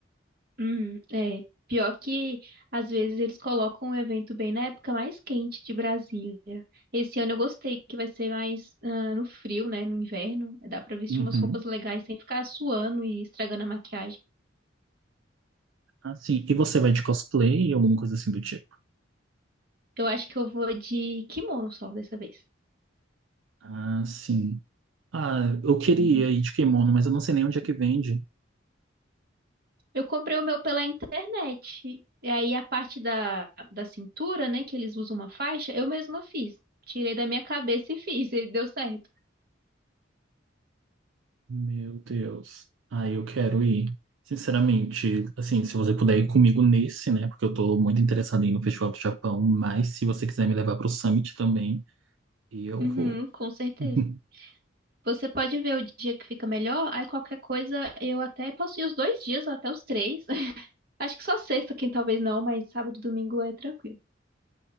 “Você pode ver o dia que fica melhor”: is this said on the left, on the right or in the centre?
Right